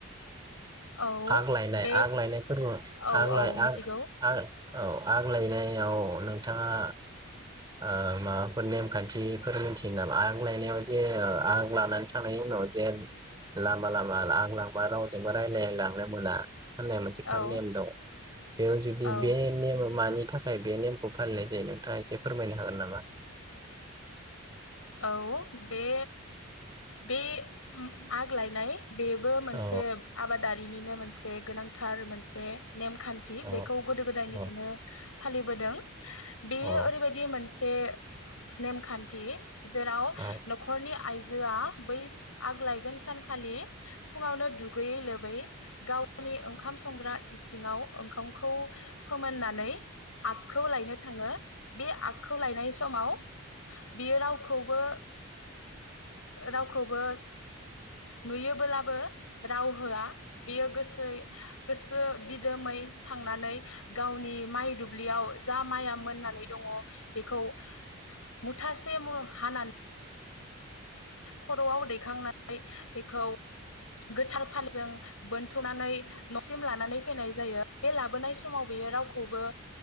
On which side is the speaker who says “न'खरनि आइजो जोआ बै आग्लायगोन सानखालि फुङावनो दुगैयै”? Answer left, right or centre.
Left